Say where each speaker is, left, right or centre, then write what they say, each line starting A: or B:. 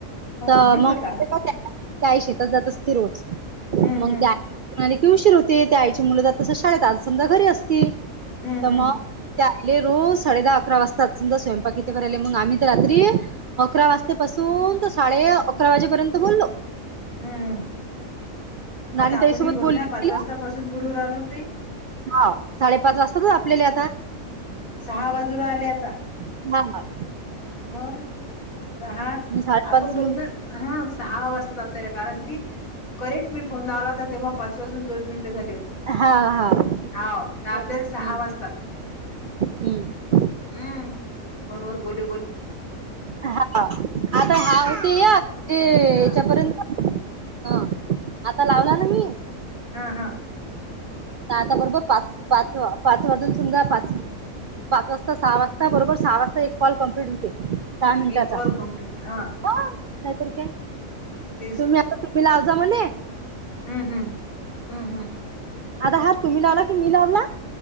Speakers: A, on the right; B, on the left.
A: तर
B: म्हणून
A: मग
B: म्हटला
A: त्याही शेतात जात असती रोज
B: हम्म
A: मग
B: हम्म
A: त्या आणखी उशीर होते त्या आईची मुलं तर तस शाळेत आज समजा घरी असतील त
B: हं, हं,
A: मग ते आले रोज साडे दहा अकरा वाजता समजा स्वयंपाक इथे करायले मंग आम्ही त रात्री अकरा वाजतापासून तर साडे अकरा वाजेपर्यंत बोललो.
B: हम्महं
A: नानी
B: आता आपणही
A: ताईसोबत
B: बघ
A: बोलले
B: ना पाच
A: गेलो.
B: वाजतापासून बोलू राहलो न ते
A: हाव साडेपाच वाजतातच आपल्याले आता
B: सहा वाजू राहिले आता
A: <unintelligible>
B: मंग सहा
A: मी साडेपाचच
B: आपण दगन
A: म्हणून
B: हा सहा वाजता आपल्याला कारण की करेक्ट मी फोन लावला होता तेव्हा पाच वाजून दोन मिनिट ट झाले होते
A: हा हा
B: हाव
A: बर
B: त आपल्याले
A: हम्म
B: सहा वाजतात.
A: हम्म
B: हम्म फोनवर बोलू
A: हा आता हा होते एक ते
B: हां,
A: याच्यापर्यंत हा आता लावला ना मी
B: हा हा
A: त आता बरोबर पाच पाच पाच वाजून समजा पाच पाच वाजता सहा वाजता बरोबर सहा वाजता एक कॉल कम्प्लीट होते. सहा मिनिटाचा
B: एक कॉल
A: हो
B: कंप्लीट हां,
A: नाहीत काये
B: तेच
A: तुम्ही आता तुम्ही लावजा म्हणे
B: हम्म हम्म हम्म हम्म
A: आता हा तुम्ही लावला की मी लावला